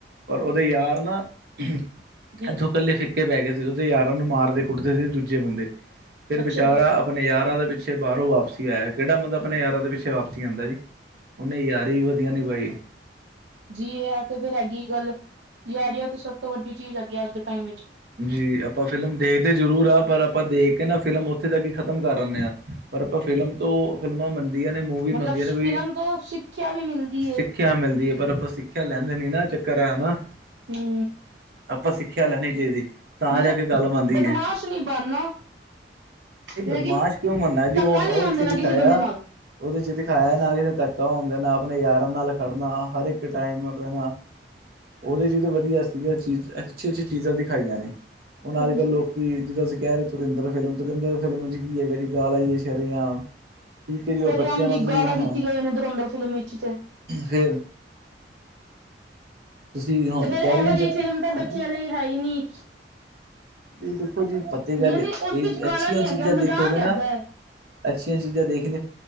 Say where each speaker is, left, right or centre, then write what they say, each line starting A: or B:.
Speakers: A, on the right; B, on the right.
A: ਪਰ ਉਹਦੇ ਯਾਰ ਨਾ ਇੱਥੋਂ
B: ਜੀ
A: ਇਕੱਲੇ ਫ ਕੇ ਪੈ ਗਏ ਸੀ, ਉ ਤੇ ਯਾਰਾਂ ਨੂੰ ਮਾਰਦੇ ਕੁੱਟਦੇ ਸੀ, ਦੂਜੇ ਬੰਦੇ ਫਿਰ
B: ਅੱਛਾ
A: ਵਿਚਾਰਾ
B: ਜੀ
A: ਆਪਣੇ ਯਾਰਾਂ ਦੇ ਪਿੱਛੇ ਬਾਹਰੋਂ ਵਾਪਸੀ ਆਇਆ, ਕਿਹੜਾ ਬੰਦਾ ਆਪਣੇ ਯਾਰਾਂ ਦੇ ਪਿੱਛੇ ਵਾਪਸੀ ਆਉਂਦਾ ਜੀ। ਉਹਨੇ ਯਾਰੀ ਵੀ ਵਧੀਆ ਨੀ ਪਾਈ
B: ਜੀ, ਇਹ ਤੇ ਫਿਰ ਹੈਗੀ ਗੱਲ, ਯਾਰ ਆ ਤੇ ਸਭ ਤੋਂ ਵੱਡੀ ਚੀਜ਼ ਹੈਗੀ, ਅੱਜ ਦੇ ਟਾਈਮ ਵਿੱਚ
A: ਜੀ ਆਪਾਂ ਫਿਲਮ ਦੇਖਦੇ ਜ਼ਰੂਰ ਆ, ਪਰ ਆਪਾਂ ਦੇਖ ਕੇ ਨਾ ਫਿਲਮ ਉੱਥੇ ਤੱਕ ਹੀ ਖ਼ਤਮ ਕਰ ਆਦੇ ਹਾਂ। ਪਰ, ਆਪਾਂ ਫਿਲਮ ਤੋਂ ਫਿਲਮਾਂ ਬੰਨਦੀਆਂ ਨੇ ਮੂਵੀ
B: ਮਤਲਬ
A: ਬੰਨਦੀਆਂ ਨੇ ਕੋਈ
B: ਫਿਲਮ ਤੋਂ ਸਿੱਖਿਆ ਵੀ ਮਿਲਦੀ
A: ਸਿੱਖ
B: ਹੈ
A: ਸਿੱਖਿਆ ਮਿਲਦੀ ਹੈ, ਪਰ ਆਪਾਂ ਸਿੱਖਿਆ ਲੈਂਦੇ ਨੀ, ਨਾ ਚੱਕਰ ਹਨਾ।
B: ਹੂ।
A: ਆਪਾਂ ਸਿੱਖਿਆ ਲੈਣੀ ਚਾਹੀਦੀ, ਤਾਂ
B: ਮਤਲਬ
A: ਜਾ ਕੇ ਗੱਲ ਬਣਦੀ
B: ਬਦਮਾਸ਼
A: ਹੈ।
B: ਨਹੀਂ ਬਣਨਾ
A: ਨਹੀਂ,
B: ਲੇਕਿਨ
A: ਬਦਮਾਸ਼ ਕਿਉਂ ਮਰਨਾ ਜੀ,
B: ਧੱਕਾ
A: ਹੁਣ
B: ਨਹੀਂ
A: ਉਹਥੇ
B: ਹੋਣ ਦੇਣਾ
A: ਦਿਖਾਇਆ
B: ਕਿਸੇ ਬੰਦੇ ਨਾਲ
A: ਉਹਦੇ ਚ ਦਿਖਾਇਆ ਨਾ ਕਿਤੇ ਧੱਕਾ ਹੁੰਦਾ, ਨਾ ਆਪਣੇ ਯਾਰਾਂ ਨਾਲ ਖੜਨਾ, ਹਰ ਇੱਕ ਟਾਈਮ ਰਹਿਣਾ ਉਹਦੇ ਚ ਤਾਂ ਵਧੀਆ ਸੀਗਾ ਚੀਜ਼ ਅੱਛੀ -ਅੱਛੀ ਚੀਜ਼ਾਂ, ਦਿਖਾਈਆਂ ਨੇ ਹੁਣ
B: ਹਾਂਜੀ
A: ਅੱਜ ਕੱਲ੍ਹ ਲੋਕ ਕਿ ਜਦੋਂ ਅਸੀਂ ਕਹਿ ਰਹੇ ਹੋ। ਧੁਰਿੰਦਰ ਫਿਲਮ, ਧੁਰਿੰਦਰ ਫਿਲਮ ਚ ਕੀ ਹੈਗਾ ਜੀ ਗਾਲ ਆਈਏ ਸ਼ਰੇ ਆਮ ਠੀਕ ਹੈ। ਜੀ,
B: ਸ਼ਰੇਆਮ
A: ਉਹ ਬੱਚਿਆਂ ਨਾਲ
B: ਜੀ
A: ਤੁਸੀਂ
B: ਗਾਲਾਂ
A: ਹਾਂ
B: ਦਿੱਤੀ ਗਏ ਨੇ ਇਧਰੋਂ ਅੰਦਰ ਫਿਲਮ ਵਿੱਚ ਤੇ
A: ਫੇਰ ਤੁਸੀਂ ਹੁਣ
B: ਤੇ ਫੇਰ,
A: ਕਹਿ
B: ਇਹੋ
A: ਰਹੇ
B: ਜਿਹੀ
A: ਹੋ
B: ਫਿਲਮ ਤਾਂ ਬੱਚਿਆਂ
A: ਹਾਂਜੀ
B: ਲਈ ਹੈ ਹੀ ਨੀ
A: ਇਹ ਦੇਖੋ ਜੀ, ਪਤਾ ਗੱਲ
B: ਨੇ
A: ਇਹ
B: ਉਸ ਵਿੱਚ ਗਾਲਾਂ
A: ਅੱਛੀਆਂ
B: ਨੀ ਹੈਗੀਆਂ
A: ਚੀਜ਼ਾਂ
B: ਮਜ਼ਾਕ
A: ਦੇਖੋਗੇ
B: ਹੈਗਾ
A: ਨਾ
B: ਹੈ
A: ਅੱਛੀਆਂ ਚੀਜ਼ਾਂ <inaudible>